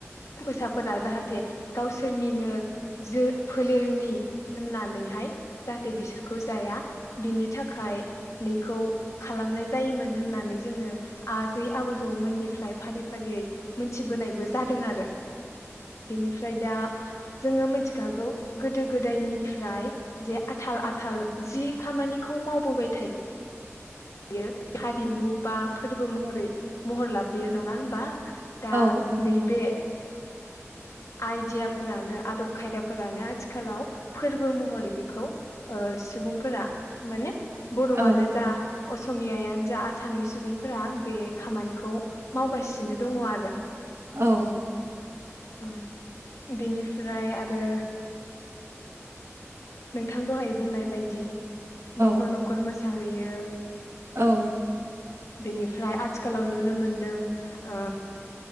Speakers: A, on the left (about 85°); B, on the right (about 65°).
A: मोसाफोरा जाहाथे गावसोरनिनो जो फोलेरनि होननानैहाय जाहाथे बिसोरखौ जाया बिनि थाखाय नैखौ खालामनाय जायोमोन होननानै जोङो आजै आजौमोननिफ्राय फारि फारियै मोनथिबोनायबो जादों आरो । बेनिफ्राय दा जोङो मिथिखागौ गोदो गोदायनिफ्राय जे आथाल आथाल जि खामानिखौ मावबोबाय थायो बेयो हारिमु बा फो रबो महरै महर लाफैयो नङा होमबा ।
B: औ
A: दा
B: औ
A: नैबे आइडियाफोरानो आदब खायदाफोरानो आथिखालाव फोरबो महरै बेखौ ओ सुबुंफोरा माने बर'आनो
B: औ
A: जा असमिया यानो जा आसामनि सुबुंफोरा बे खामानिखौ मावगासिनो दङ आरो
B: औ
A: उम बेनिफ्राय आरो नोंथां दहाय बुंनाय बायदि नखर
B: औ
A: नखर मो साहैयो
B: औ
A: बेनिफ्राय आथिखालाव नुनो मोनदों ओ